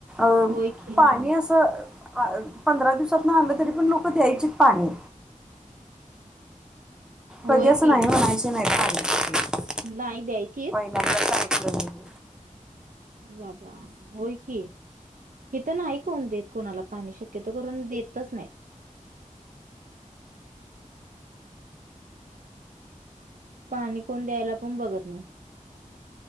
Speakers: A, in the centre; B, on the right.
A: अ
B: होय की
A: पाणी
B: हा
A: असं पंधरा दिवसात न आलं तरी पण लोक द्यायचित पाणी
B: होय
A: कधी असं
B: की
A: नाही म्हणायचे नाहीत
B: नाही द्यायचीत
A: <unintelligible>
B: बाबा होय की इथ नाही कोण देत कोणाला पाणी शक्योतो करून देतच नाहीत पाणी कोण द्यायला पण बघत नाही